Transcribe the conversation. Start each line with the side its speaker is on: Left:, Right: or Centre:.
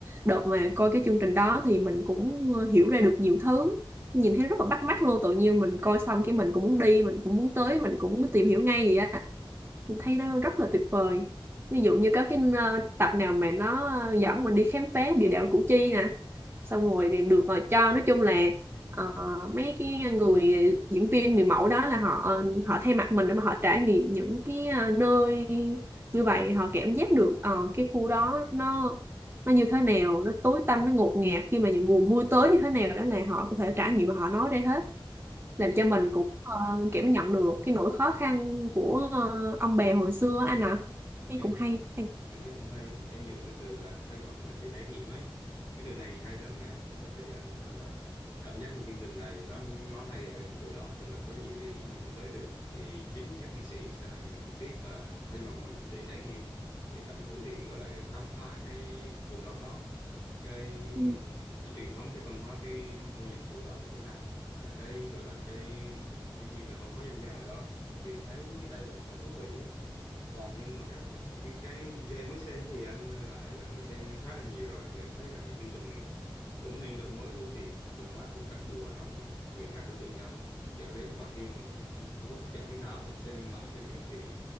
Right: đợt mà coi cái chương trình đó thì mình cũng ờ, hiểu ra được nhiều thứ nhìn thấy rất là bắt mắt luôn tự nhiên mình coi xong cái mình cũng muốn đi mình cũng muốn tới mình cũng muốn tìm hiểu ngay vậy á mình thấy nó rất là tuyệt vời ví dụ như có cái ờ, tập nào mà nó dẫn mình đi khám phá địa đạo Củ Chi nè xong rồi thì được ờ, cho nói chung là ờ, mấy cái người diễn viên người mẫu đó là họ ờ, họ thay mặt mình để mà họ trải nghiệm những cái ờ, nơi như vậy họ cảm giác được ờ, cái khu đó nó nó như thế nào nó tối tăm nó ngột ngạt khi mà những mùa mưa tới như thế nào đó là họ có thể trải nghiệm và họ nói ra hết
Left: ừ,
Right: làm cho mình
Left: đúng
Right: cũng ờ,
Left: ừ.
Right: kiểu nhận được cái nỗi khó khăn của ờ, ông bè hồi xưa anh ạ thấy
Left: Ừ.
Right: cũng hay, hay.
Left: anh thấy cũng hay, em dùng cái từ là thay mặt mình để trải nghiệm ấy. Cái từ này hay lắm nha, tức là bây giờ anh rất là cảm giác như chương trình này nó nó hay ở cái chỗ đó, tức là có nhiều địa điểm mình không tới được thì chính các nghệ sĩ sẽ là người trực tiếp và thay mặt mình để trải nghiệm, để tận hưởng để gọi là khám phá cái vùng đất đó, cái
Right: Ừ.
Left: cái truyền thống, cái văn hóa, cái môn nhạc cụ đó chẳng hạn, hay là cái gọi là cái giống như là văn hóa dân gian ở đó. Thì em thấy đây là một cái thú vị ấy còn nhưng mà cái cái cái do em mới xem thì anh lại là người xem khá là nhiều rồi thì anh thấy rằng là chương trình này cũng nên đổi mới bởi vì format của các mùa nó nó gần gần tương tự nhau dẫn đến mà khi mà mình có hấp dẫn thế nào mà xem mãi xem miết thì